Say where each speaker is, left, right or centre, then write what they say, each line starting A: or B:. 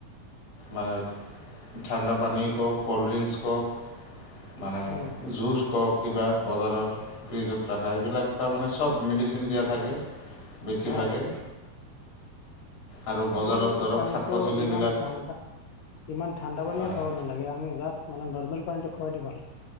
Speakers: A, on the left; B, on the left.
A: মানে ঠাণ্ডা পানীয হওঁক, ক'ল্ড ড্ৰিংকস হওঁক মানে
B: উম
A: জুচ কওক, কিবা বজাৰৰ, ফ্ৰিজত ৰাখা, এইবিলাক তাৰ মানে চব মেডিচিন দিয়া থাকে। বেছিভাগে
B: হয়
A: আৰু
B: একচলি
A: বজাৰৰ
B: আমিতো
A: ধৰক
B: পানীটো
A: শাক পাচলিবিলাক
B: ইমান ঠাণ্ডা ইমান ঠাণ্ডা পানীও
A: হয়
B: খাব নালাগে, আমি জাষ্ট মানে নৰ্মেল পানীটো খোৱাটোৱে ভাল।